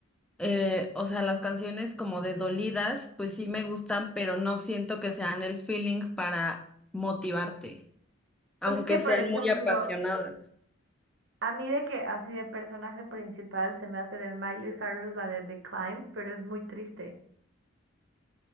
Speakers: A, in the centre; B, on the right (about 60°).
A: eh, o sea, las canciones como de dolidas, pues sí me gustan, pero no siento que sean el feeling para motivarte, aunque
B: Pues es que, por
A: sean
B: ejemplo,
A: muy apasionadas.
B: A mí de que así de personaje principal se me hace de Miley Cyrus la de The Climb, pero es muy triste.